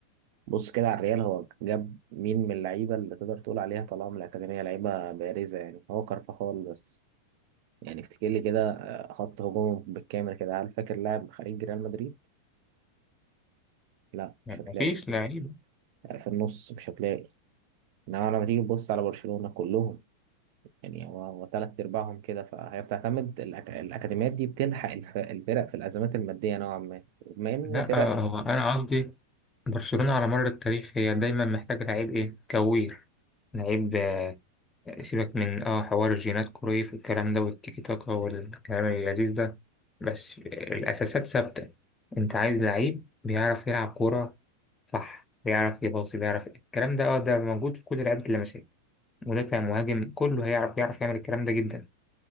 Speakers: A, on the right (about 45°); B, on the left (about 15°).
A: بص كده على الريال هو جاب مين من اللعيبه اللي تقدر تقول عليها طلعوا من الاكاديميه لعيبه بارزه يعني هو كارفاخال بس يعني افتكر لي كده آه، خط هجومه بالكامل كده هل فاكر لاعب خارج ريال مدريد لا
B: يعني
A: مش هتلاقي
B: مفيش لعيب
A: في النص مش هتلاقي انما لما تيجي تبص على برشلونة كلهم يعني هو هو تلات ارباعهم كده فهي بتعتمد الأك... الاكاديميات دي بتلحق الف... الفرق في الازمات الماديه نوعا ما بما ان
B: لا
A: فرق
B: آه، هو أنا قصدي برشلونة على مر التاريخ هي دايما محتاجة لعيب إيه كوير لعيب آه، سيبك من اه حوار الجينات كرويف والكلام ده والتيكي تاكا والكلام اللذيذ ده بس الأساسات ثابتة أنت عايز لعيب بيعرف يلعب كورة صح بيعرف يباصي بيعرف الكلام ده اه ده موجود في كل لعيبة اللمسية مدافع مهاجم كله هيعرف يعرف يعمل الكلام ده جدا